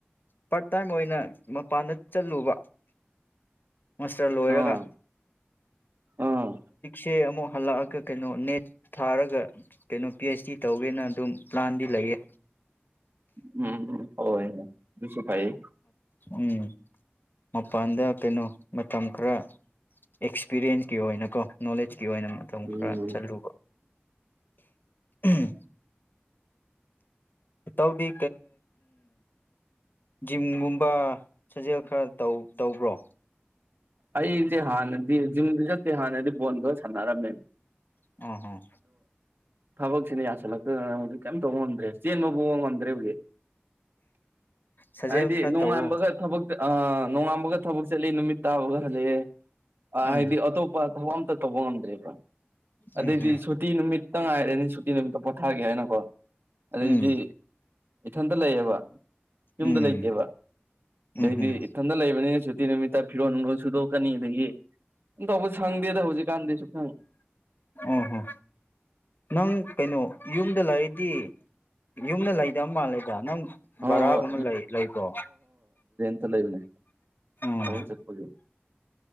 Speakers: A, on the left; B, on the right.
A: ꯄꯥꯔꯠ ꯇꯥꯏꯝ ꯑꯣꯏꯅ ꯃꯄꯥꯟꯗ ꯆꯠꯂꯨꯕ ꯃꯥꯁꯇꯔ ꯂꯣꯏꯔꯒ
B: ꯑꯥ ꯑꯥ
A: ꯆꯦ ꯑꯃꯨꯛ ꯍꯜꯂꯛꯑꯒ ꯀꯩꯅꯣ ꯅꯦꯠ ꯊꯥꯔꯒ ꯀꯩꯅꯣ ꯄꯤ ꯑꯩꯆ ꯗꯤ ꯇꯧꯒꯦꯅ ꯑꯗꯨꯝ ꯄ꯭ꯂꯥꯟꯗꯤ ꯂꯩꯌꯦ
B: ꯎꯝ ꯎꯝ ꯑꯣ ꯁꯨꯁꯨ ꯐꯥꯏꯌꯦ
A: ꯎꯝ ꯃꯄꯥꯟꯗ ꯀꯩꯅꯣ ꯃꯇꯝ ꯈꯔ ꯑꯦꯛꯁꯄꯤꯔꯤꯌꯦꯟꯁꯀꯤ ꯑꯣꯏꯅꯀꯣ ꯅꯣꯂꯦꯖ ꯒꯤ ꯑꯣꯏꯅ ꯃꯇꯝ
B: ꯎꯝ
A: ꯈꯔ ꯆꯠꯂꯨꯕ ꯎꯝ ꯃꯇꯧꯗꯤ ꯖꯤꯝꯒꯨꯝꯕ ꯁꯥꯖꯦꯜ ꯈꯔ ꯇꯧꯕ꯭ꯔꯣ
B: ꯑꯩꯁꯦ ꯍꯥꯟꯅꯗꯤ ꯖꯤꯝꯗꯤ ꯆꯠꯇꯦ ꯍꯥꯟꯅꯗꯤ ꯕꯣꯜꯒ ꯁꯥꯟꯅꯔꯝꯃꯦ
A: ꯎꯝ ꯎꯝ
B: ꯐꯥꯕꯛꯁꯤꯅꯤ ꯌꯥꯁ ꯂꯥꯛꯗ ꯀꯝ ꯇꯧꯕꯉꯣꯣꯟꯗ꯭ꯔꯦ ꯆꯦꯟꯕ ꯄꯕ ꯉꯝꯗ꯭ꯔꯦ ꯍꯧꯒꯤ
A: ꯁꯥꯖꯦꯜ
B: ꯍꯥꯏꯗꯤ
A: ꯈꯔ
B: ꯅꯣꯡꯉꯥꯟꯕꯒ
A: ꯇꯧꯋꯣ
B: ꯊꯕꯛ ꯅꯣꯡꯉꯝꯕꯒ ꯊꯕꯛ ꯆꯠꯂꯤ ꯅꯨꯃꯤꯠ ꯇꯥꯕꯒ ꯍꯜꯂꯛꯑꯦ
A: ꯎꯝ
B: ꯍꯥꯏꯗꯤ ꯑꯇꯣꯞꯄ ꯊ ꯇꯧꯕꯉ ꯉꯝꯗ꯭ꯔꯔꯤꯔꯤꯕ ꯑꯗꯩꯗꯤ
A: ꯎꯝ ꯍꯝ
B: ꯁꯨꯇꯤ ꯅꯨꯃꯤꯠꯇ ꯉꯥꯏꯔꯅꯤ ꯁꯨꯇꯤ ꯅꯨꯃꯤꯠꯇ ꯄꯣꯊꯥꯒꯦ ꯍꯥꯏꯅꯀꯣ ꯑꯗꯩꯗꯤ
A: ꯎꯝ
B: ꯏꯊ ꯂꯩꯌꯦꯕ ꯌꯨꯝꯗ
A: ꯎꯝ
B: ꯂꯩꯇꯦꯕ ꯑꯗꯩꯗꯤ
A: ꯎꯝ ꯍꯝ
B: ꯏꯊꯟꯗ ꯂꯩꯕꯅꯤꯅ ꯁꯨꯇꯤ ꯅꯨꯃꯤꯠꯇ ꯐꯤꯔꯣꯟꯒꯣꯟ ꯁꯨꯗꯣꯛꯀꯅꯤ ꯑꯗꯒꯤ ꯁ ꯇꯧꯕ ꯁꯪꯗꯦꯗ ꯍꯧꯖꯤꯛꯀꯥꯟꯗꯤ ꯁꯨ ꯁꯥꯪ꯫
A: ꯎꯝꯍꯣ ꯅꯪ ꯀꯩꯅꯣ ꯌꯨꯝꯗ ꯂꯩꯔꯗꯤ ꯌꯨꯝꯗ ꯂꯩꯗꯕ ꯃꯥꯜꯂꯦꯗ ꯅꯪ
B: ꯍꯣꯏ
A: ꯕꯔꯥꯒꯨꯝꯕ
B: ꯍꯣꯏ
A: ꯂꯩ ꯂꯩꯕ꯭ꯔꯣ?
B: ꯇ ꯂꯩꯕꯅꯦ꯫
A: ꯎꯝ
B: ꯊꯕꯛ ꯆꯠꯄꯒꯤ ꯫